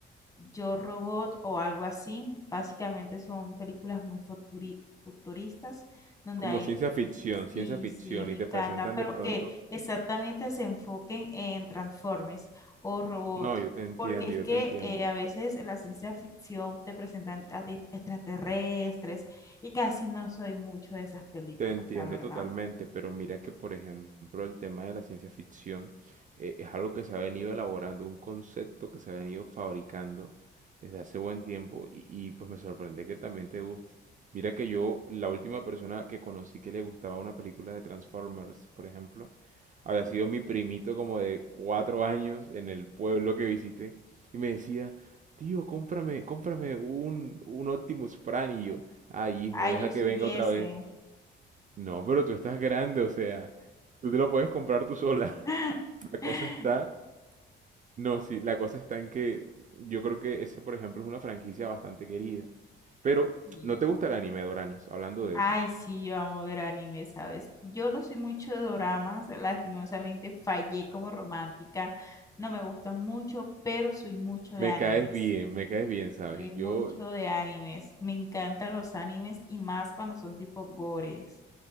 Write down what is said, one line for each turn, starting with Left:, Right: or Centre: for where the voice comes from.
Left: Yo Robot o algo así. Básicamente son películas muy futuri- futuristas donde
Right: Como
Left: hay
Right: ciencia ficción, ciencia
Left: Sí,
Right: ficción,
Left: sí, me
Right: y te
Left: encanta,
Right: presentan
Left: pero
Right: de pronto
Left: que exactamente se enfoquen en Transformers o robots,
Right: No, yo te entiendo,
Left: porque es
Right: yo
Left: que
Right: te entiendo.
Left: eh, a veces la ciencia ficción te presenta a ti extraterrestres y casi no soy mucho de esas películas,
Right: Te entiendo
Left: la verdad.
Right: totalmente, pero mira que, por ejemplo, el tema de la ciencia ficción eh, es algo que se ha venido elaborando, un concepto que se ha venido fabricando desde hace buen tiempo y, y, pues me sorprende que también te guste. Mira que yo, la última persona que conocí que le gustaba una película de Transformers, por ejemplo, había sido mi primito como de cuatro años en el pueblo que visité y me decía, tío, cómprame, cómprame un, un Optimus Prime y yo, ay hijo,
Left: Ay,
Right: deja
Left: yo soy
Right: que venga otra
Left: ese.
Right: vez. No, pero tú estás grande, o sea, tú te lo puedes comprar tú sola.
Left: <laughs>
Right: <laughs> La cosa está, no, sí, la cosa está en que yo creo que ese, por ejemplo, es una franquicia bastante querida. Pero,
Left: Y-
Right: ¿no te gusta el anime, Doranis? Hablando de
Left: Ay,
Right: eso.
Left: sí, yo amo ver anime, ¿sabes? Yo no soy mucho de dramas, lastimosamente fallé como romántica, no me gustan mucho, pero soy mucho de
Right: Me
Left: animes.
Right: caes bien, me caes bien, ¿sabes?
Left: Soy mucho
Right: Yo,
Left: de animes. Me encantan los animes y más cuando son tipo gores.